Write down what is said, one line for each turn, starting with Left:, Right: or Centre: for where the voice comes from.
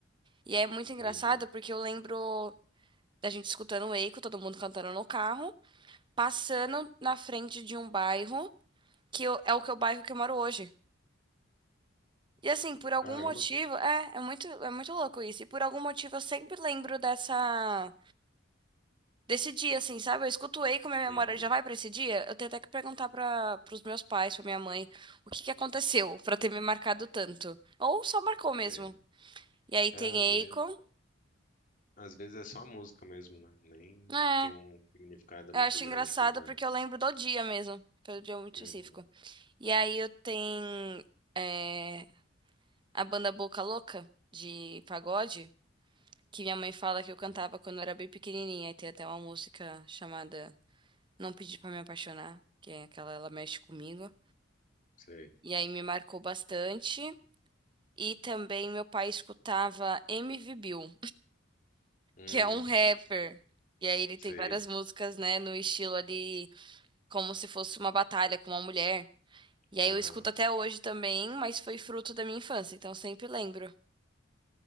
Right: E é muito engraçado
Left: uhum.
Right: porque eu lembro da gente escutando Eiko, todo mundo cantando no carro, passando na frente de um bairro que eu- é o que é o bairro que eu moro hoje. E assim, por algum
Left: Caramba.
Right: motivo, é, é muito, é muito louco isso. E por algum motivo eu sempre lembro dessa desse dia, assim, sabe? Eu escuto Ei como a minha
Left: Uhum.
Right: memória já vai pra esse dia. Eu tenho até que perguntar para os meus pais, pra minha mãe, o que que aconteceu pra ter me marcado tanto. Ou só marcou mesmo.
Left: Sei.
Right: E aí tem
Left: É, às vezes.
Right: Akon.
Left: Às vezes é só a música mesmo, né? Nem
Right: É,
Left: tem um significado
Right: eu
Left: muito
Right: acho
Left: grande
Right: engraçado
Left: por trás.
Right: porque eu lembro do dia mesmo, pelo dia muito
Left: Uhum,
Right: específico. E aí eu tenho é, a banda Boca Louca de pagode, que minha mãe fala que eu cantava
Left: uhum,
Right: quando eu era bem pequenininha. E tem até uma música chamada Não Pedi Pra Me Apaixonar, que é aquela, ela mexe comigo.
Left: sei.
Right: E aí me marcou bastante. E também meu pai escutava MV Bill,
Left: Hum,
Right: que é um rapper. E aí ele
Left: sei.
Right: tem várias músicas, né, no estilo ali, como se fosse uma batalha com uma mulher. E aí
Left: Aham,
Right: eu escuto até hoje também, mas foi fruto da minha infância, então eu sempre lembro.